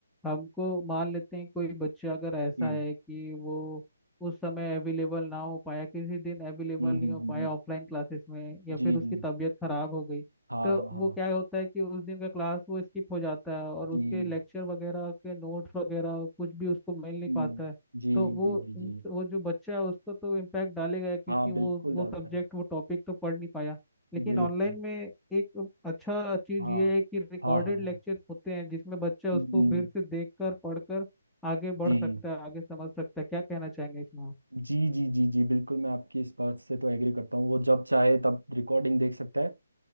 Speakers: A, in the centre; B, on the right.
A: हमको मान लेते हैं कोई बच्चा अगर ऐसा
B: जी
A: है कि वो उस समय अवेलेबल ना हो पाया किसी दिन अवेलेबल
B: हम्म,
A: नहीं
B: हम्म,
A: हो
B: हम्म,
A: पाया
B: हम्म,
A: ऑफलाइन क्लासेस में या
B: जी
A: फिर
B: जी
A: उसकी तबीयत खराब हो गई
B: हाँ
A: तो
B: हाँ हाँ
A: वो क्या होता है कि उस दिन का क्लास वो स्किप हो जाता है और
B: जी
A: उसके लेक्चर वगैरह के नोट्स वगैरह कुछ भी उसको मिल नहीं
B: हम्म,
A: पाता है
B: जी
A: तो वो
B: जी जी जी
A: वो जो बच्चा है उसको तो इम्पैक्ट डालेगा क्योंकि
B: हाँ
A: वो
B: बिल्कुल
A: वो
B: डालता
A: सब्जेक्ट
B: है
A: वो टॉपिक तो पढ़ नहीं पाया लेकिन
B: बिल्कुल
A: ऑनलाइन में एक अच्छा चीज
B: हाँ
A: ये है कि रिकॉर्डेड
B: हाँ हाँ
A: लेक्चर
B: हाँ
A: होते हैं जिसमें बच्चा
B: हम्म,
A: उसको फिर से देखकर पढ़कर आगे
B: जी
A: बढ़ सकता है आगे समझ सकता है क्या कहना चाहेंगे इसमें आप?
B: जी जी जी जी बिल्कुल मैं आपकी इस बात से तो एग्री करता हूँ वो जब चाहे तब रिकॉर्डिंग देख सकता है